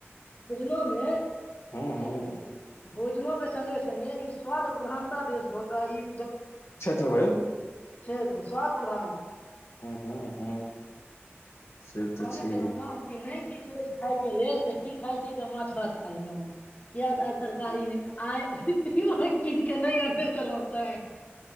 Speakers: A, on the left; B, on the left.
A: भोजनो मे
B: हँ हँ
A: ई भोजनो के संगे सगे ई स्वाद प्रधानता देश भ ई
B: छेत्र भैल
A: छेत्र स्वाद प्रधान
B: हँ हँ से तऽ
A: कहे
B: छैहे
A: केलहुँ ने कि नहि किछु अछि खायके लेल तऽ की खाइ छी तऽ माछ भात खा लेलहुँ किया त आइ तरकारी नहि आइ आहाँ कीन के नहि आनने छलहू तै